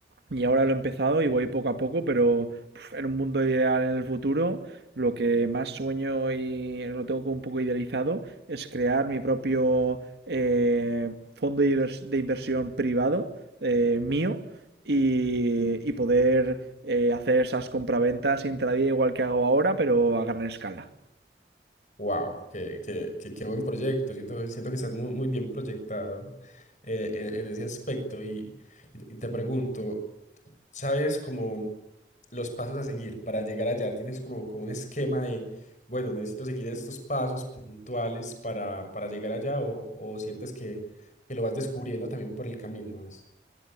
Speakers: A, on the right (about 70°); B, on the left (about 45°).
A: y ahora lo he empezado y voy poco a poco, pero puf, en un mundo ideal en el futuro, lo que más sueño y lo tengo como un poco idealizado es crear mi propio eh, fondo de invers- de inversión privado eh, mío y, y poder eh, hacer esas compraventas intradía igual que hago ahora, pero a gran escala.
B: Wow, qué, qué, qué, qué buen proyecto. Siento, siento que estás muy, muy bien proyectado eh, en, en ese aspecto. Y, y te y te pregunto, ¿sabes cómo? los pasos a seguir para llegar allá. Tienes como, como un esquema de, bueno, necesito seguir estos pasos puntuales para, para llegar allá o, o sientes que, que lo vas descubriendo también por el camino. Más.